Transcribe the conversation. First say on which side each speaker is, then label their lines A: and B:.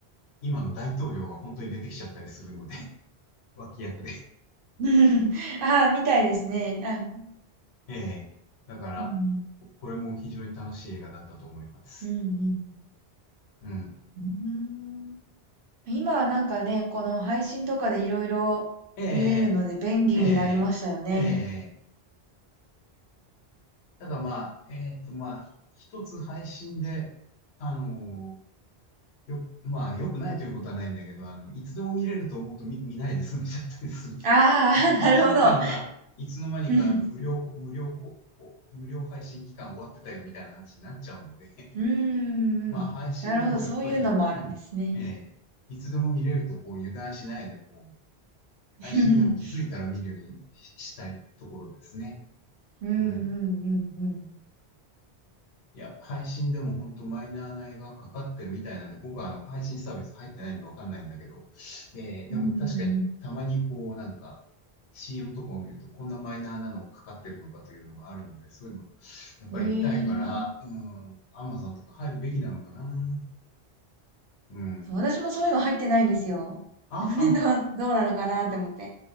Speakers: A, on the left; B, on the right.
A: 今の大統領が本当に出てきちゃったりするので、<laughs> 脇役で。
B: うーん。<laughs> あー、みたいですね。あ、
A: ええ。だから、
B: うんうん。
A: ここれも非常に楽しい映画だったと思います。
B: うんうん。
A: うん。
B: うーん。今はなんかね、この配信とかでいろいろ見れるので便利になりましたよね。
A: ええ、ええ、ええ。ただまあ、えっとまあ、ひ一つ配信で、あのよ、まあ、良くないということはないんだけど、あの、いつでも見れると思うと見、見ないで済んじゃったりすると、
B: ああ、
A: い、
B: <laughs> なるほど。
A: いつの間にか、いつの間にか、
B: <laughs> うん
A: あの、無料、無料、無料配信期間終わってたよみたいな話になっちゃうので、<laughs>
B: うんうん。
A: まあ、配信でもやっぱり、
B: なるほど、そういうのもあるんですね。
A: うん、ええ、いつでも見れると、こう、油断しないで、こう、
B: <laughs>
A: 配信でも気づいたら見るようにし、したいところですね。
B: うんうんうんうん。
A: うん。いや、配信でも本当マイナーな映画がかかってるみたいなんで、僕はあの配信サービス入ってないんでわかんないんだけど、えー、でも確かにたまにこうなんか
B: うんうん
A: CM とかを見るとこんなマイナーなのかかってるのかというのがあるので、そういうのやっぱり見たいから、
B: うん。へえ。うん
A: うん、Amazon とか入るべきなのかな。うん。
B: そう私もそういうの入ってないんですよ。
A: あ、
B: <laughs> どう、どうなのかなって思って。